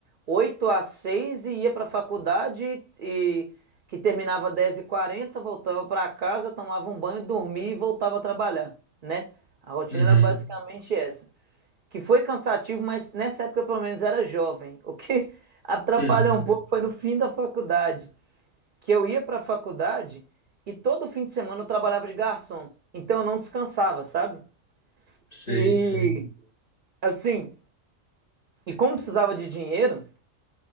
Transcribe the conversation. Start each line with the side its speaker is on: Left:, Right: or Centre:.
Right: 8 às 6 e ia pra faculdade e que terminava dez e quarenta, voltava pra casa, tomava um banho, dormia e voltava a trabalhar, né? A rotina
Left: Uhum.
Right: era basicamente essa que foi cansativo, mas nessa época eu, pelo menos era jovem. <laughs> O que atrapalhou
Left: Hum.
Right: um pouco foi no fim da faculdade, que eu ia para a faculdade e todo fim de semana eu trabalhava de garçom. Então eu não descansava, sabe?
Left: Sei,
Right: E
Left: sei.
Right: assim, e como precisava de dinheiro,